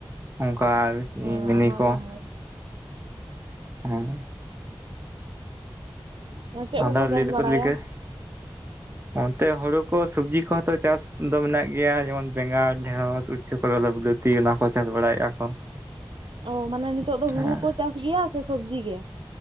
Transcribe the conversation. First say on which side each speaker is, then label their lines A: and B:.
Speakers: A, on the right; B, on the right.
A: ᱚᱝᱠᱟ ᱟᱨᱠᱤ
B: ᱚᱱᱟ
A: ᱢᱤᱱᱤ
B: ᱢᱟ
A: ᱠᱚᱸ
B: ᱦᱳᱭ
A: ᱦᱚᱸ᱾
B: ᱟ ᱪᱮᱜ
A: ᱟᱫᱚ
B: ᱠᱚ-ᱠᱚ ᱪᱟᱥ
A: ᱞᱟᱹᱭ ᱫᱚᱠᱚ
B: ᱵᱟᱲᱟᱭᱟ?
A: ᱞᱟᱹᱭ ᱜᱮ ᱚᱱᱛᱮ ᱦᱩᱲᱩ ᱠᱚ, ᱥᱩᱵᱽᱡᱤ ᱠᱚᱦᱚ ᱛᱚ ᱪᱟᱥ ᱫᱚ ᱢᱮᱱᱟᱜ ᱜᱮᱭᱟ ᱡᱮᱢᱚᱱ ᱵᱮᱸᱜᱟᱲ, ᱰᱷᱮᱬᱚᱥ, ᱩᱪᱪᱷᱚ ᱞᱚ-ᱞᱚ ᱩᱞᱟᱹᱛᱤ ᱚᱱᱟ ᱠᱚ ᱪᱟᱥ ᱵᱟᱲᱟᱭᱮᱜᱼᱟ ᱠᱚ᱾
B: ᱚ ᱢᱟᱱᱮ ᱱᱤᱛᱚᱜ ᱫᱚ ᱦᱩᱲᱩ
A: ᱦᱮᱸ
B: ᱠᱚ ᱪᱟᱥ ᱜᱮᱭᱟ ᱥᱮ ᱥᱚᱵᱽᱡᱤ ᱜᱮ?